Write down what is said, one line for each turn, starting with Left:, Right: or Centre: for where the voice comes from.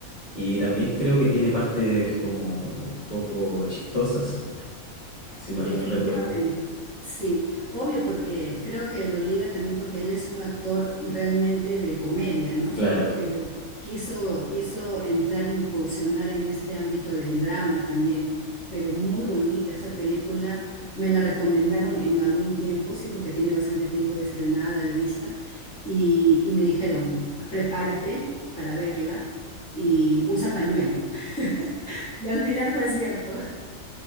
Left: y también creo que tiene partes como un poco chistosas, si
Centre: Definitivamente,
Left: mal no recuerdo.
Centre: sí. Obvio porque creo que lo liga también porque él es un actor realmente de comedia, ¿no?
Left: Claro,
Centre: Pero quiso, quiso entrar, incursionar en este ámbito del drama también, pero muy bonita esa película. Me la recomendaron en algún tiempo, sí, porque tiene bastante tiempo de estrenada, de vista, y, y me dijeron, prepárate para verla y usa pañuelo. <laughs> Y al final fue cierto.